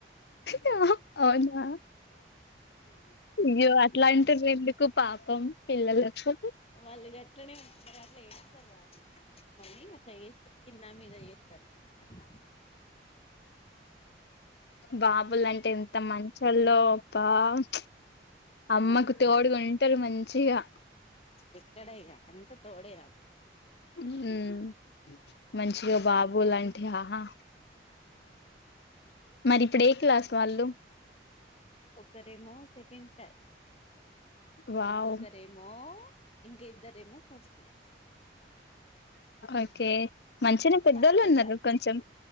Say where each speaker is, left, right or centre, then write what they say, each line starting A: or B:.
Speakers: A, on the left; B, on the left.
A: యాహా అవునా అయ్యో అట్లంటుర్ ఎందుకు పాపం పిల్లల్లకు
B: వాళ్ళు గట్లనే మరి అట్ల ఏస్తరు వాళ్ళు మరీ మళ్ళి అట్ల ఏస్తర్ కింద మీద ఏస్తర్ మమ్మల్న్ అట్ల
A: బాబుల్ అంటే ఎంత మంచోల్లో పామ్ అమ్మకు
B: ఆ
A: తోడుగుంటరు మన్ చిగా
B: ఎక్కడ ఇగ అంత తోడేరాదు
A: మ్ మంచిగా బాబు లంటి ఆహా మరి ఇప్పుడు ఏ క్లాస్ వాళ్ళు
B: ఒకరేమో సెకండ్ క్లాస్
A: వావ్
B: ఇంకొకరేమో ఇంకా ఇద్దరేమో ఫస్ట్ క్లాస్
A: ఓకే మంచిగానే పెద్దోళ్ళు
B: ఫస్ట్
A: ఉన్నారు
B: క్లాస్
A: కొంచెం